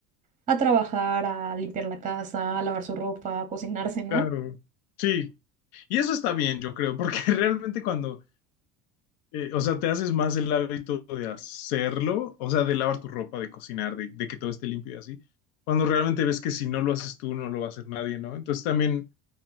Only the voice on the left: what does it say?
claro. Sí, y eso está bien, yo creo, porque <laughs> realmente cuando Eh, o sea, te haces más el hábito de hacerlo, o sea, de lavar tu ropa, de cocinar, de, de que todo esté limpio y así, cuando realmente ves que si no lo haces tú, no lo va a hacer nadie, ¿no? Entonces también,